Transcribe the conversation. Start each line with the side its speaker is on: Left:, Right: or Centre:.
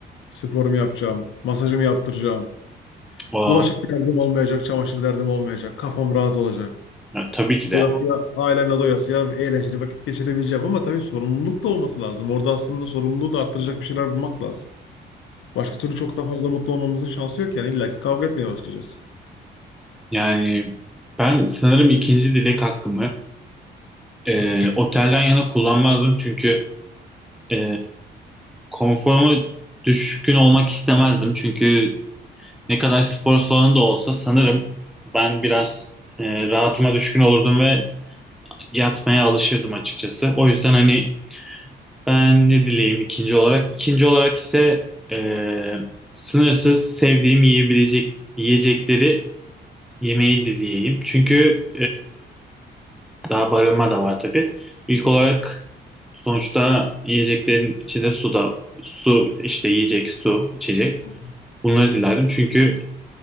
Left: sporumu yapacağım, masajımı yaptıracağım,
Centre: O,
Left: Bulaşık derdim olmayacak, çamaşır derdim olmayacak. Kafam rahat olacak.
Centre: ya tabii ki de.
Left: Doyasıya, ailemle doyasıya eğlenceli vakit geçirebileceğim ama tabii sorumluluk da olması lazım. Orada aslında sorumluluğu da arttıracak bir şeyler bulmak lazım. Başka türlü çok da fazla mutlu olmamızın şansı yok yani illaki kavga etmeye başlayacağız.
Centre: Yani ben sanırım ikinci dilek hakkımı e, otelden yana kullanmazdım çünkü e, konforuma düşkün olmak istemezdim. Çünkü Ne kadar spor salonu da olsa sanırım ben biraz e, rahatıma düşkün olurdum ve yatmaya alışırdım açıkçası. O yüzden hani ben ne dileyim ikinci olarak. İkinci olarak ise e, sınırsız sevdiğim yiyebilecek yiyecekleri yemeyi dileyeyim. Çünkü e, daha barınma da var tabii. İlk olarak sonuçta yiyeceklerin içinde su da su işte yiyecek su içecek.
Left: Hı hı.
Centre: Bunları dilerdim çünkü